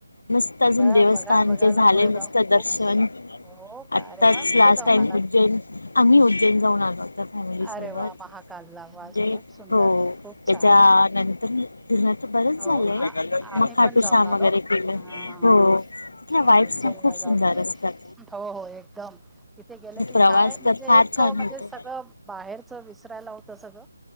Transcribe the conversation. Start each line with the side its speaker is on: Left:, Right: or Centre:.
Left: मस्त अजून
Centre: बघा
Left: देवस्थानचे
Centre: बघाल बघाल
Left: झाले
Centre: पुढे
Left: मस्त
Centre: जाऊन खूप
Left: दर्शन.
Centre: हो का
Left: आताच
Centre: अरे वा कुठे
Left: लास्ट
Centre: जाऊन
Left: टाईम
Centre: आलात?
Left: उज्जैन आम्ही उज्जैन जाऊन आलो तर फॅमिली, सोबत
Centre: अरे वा
Left: म्हणजे
Centre: महाकालला वास खूप सुंदर
Left: हो
Centre: खूप छान
Left: त्याच्या नंतर तुझं तर, बरंच
Centre: हो
Left: झालंय
Centre: आ- आम्ही
Left: मग खाटू
Centre: पण जाऊन
Left: शाम
Centre: आलो
Left: वगैरे
Centre: हा
Left: केलं
Centre: म-
Left: हो. तिथल्या वाईट्स
Centre: उज्जैनला
Left: खूप
Centre: जाऊन
Left: सुंदर
Centre: आलो
Left: असतात.
Centre: हो - हो एकदम इथे गेलं की
Left: प्रवास
Centre: काय म्हणजे
Left: तर फार
Centre: एक
Left: छान
Centre: म्हणजे
Left: होतो
Centre: सगळं बाहेरच विस करायला लावता सगळं